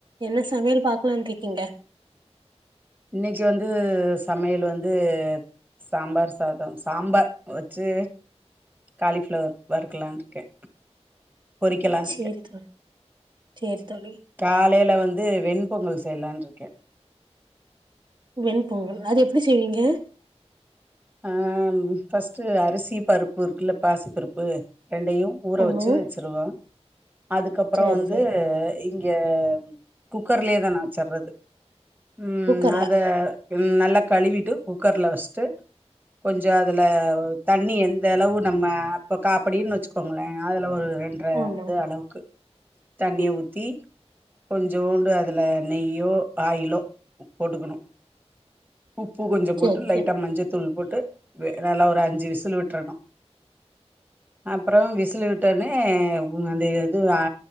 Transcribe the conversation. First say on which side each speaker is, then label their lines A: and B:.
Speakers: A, on the right; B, on the right.
A: என்ன சமையல் பாக்கலாம்ட்டு இருக்கீங்க
B: இன்னைக்கு வந்து சமையல் வந்து சாம்பார் சாதம் சாம்பார் வச்சு காளிஃப்ளவர் வருக்கலான்ருக்க பொறிக்கலாருக்க
A: சேரி தோழி சேரி தோழி
B: காலையில வந்து வந்து வெண்பொங்கல் செய்யலான்ருக்க
A: வெண் பொங்கல் அது எப்படி செய்வீங்க
B: ஆஹ் பஃஸ்ட்டு அரிசி பருப்பு இருக்குல்ல பாசி பருப்பு ரெண்டையு ஊற
A: ஆமா
B: வச்சு வச்சுருவ அதுக்கப்ரோ
A: சேரி
B: வந்து
A: சேரி
B: இங்க குக்கர்லயே தா நா வச்சர்றது உம்
A: குக்கர்ல
B: அத நல்லா கழுவிட்டு குக்கர்ல வச்ட்டு கொஞ்சோ அதுல தண்ணி எந்த அளவு நம்ம அப்ப காப்படினு வச்சுக்கோங்களே அதுல ஒரு ரெண்டரை
A: ஆமா
B: இது அளவுக்கு தண்ணிய உத் த்தி கொஞ்சோண்டு அதில நெய்யோ ஆயிலோ போட்டுக்கனு உப்பு கொஞ்சோ போட்டு
A: சேரி
B: லைட்டா
A: சேரி
B: மஞ்ச போட்டு நல்லா ஒரு அஞ்சு விசில் விட்டுறணு அப்ரோ விசில் விட்டனே அந்த இது ஆ